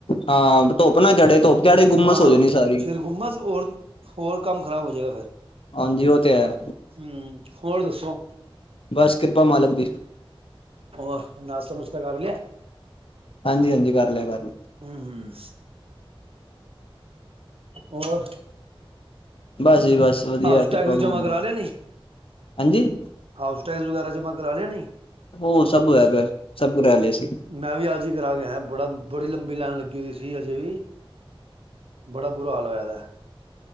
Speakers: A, on the left; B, on the right.
A: ਹਾਂ ਧੁੱਪ ਨਾ ਚੜੇ ਧੁੱਪ ਚੜੇ ਗੁੰਮਸ
B: ਹਾਂ
A: ਹੋ ਜਾਣੀ ਸਾਰੀ
B: ਫਿਰ ਗੁਮਸ। ਹੋਰ ਕੰਮ ਖ਼ਰਾਬ ਹੋਏਗਾ ਫੇਰ।
A: ਹਾਂਜੀ, ਓ ਤੇ ਹੈ।
B: ਹੂੰ, ਹੋਰ ਦੱਸੋ?
A: ਬਸ ਕਿਰਪਾ ਮਾਲਕ ਦੀ।
B: ਹੋਰ ਨਾਸਤਾ ਨੁਸਤਾ ਕਰ ਲਿਆ।
A: ਹਾਂਜੀ ਹਾਂਜੀ, ਕਰ ਲਿਆ ਕਰ ਲਿਆ।
B: ਹੂੰ ਹੂੰ, ਹੋਰ
A: ਬਸ ਜੀ, ਬਸ ਵਧੀਆ
B: ਹਾਊਸ
A: ਕਿਰਪਾ
B: ਟੈਕਸ ਜਮਾ
A: ਮਾਲਿਕ
B: ਕਰਾ ਲਿਆ ਨਹੀਂ
A: ਹਾਂਜੀ।
B: ਹਾਊਸ ਟੈਕਸ ਵਗੈਰਾ ਜਮ੍ਹਾਂ ਕਰਾ ਲਿਆ ਨੀ।
A: ਉਹ ਸਭ ਹੋਇਆ ਪਿਆ ਸਭ ਕਰ ਲਿਆ ਸੀ।
B: ਮੈਂ ਵੀ ਅੱਜ ਹੀ ਕਰਾ ਕੇ ਆਇਆ ਬੜਾ ਬੜੀ ਲੰਬੀ ਲਾਈਨ ਲੱਗੀ ਹੋਈ ਸੀ ਅਜੇ ਵੀ। ਬੜਾ ਬੁਰਾ ਹਾਲ ਹੋਇਆ ਇਹਦਾ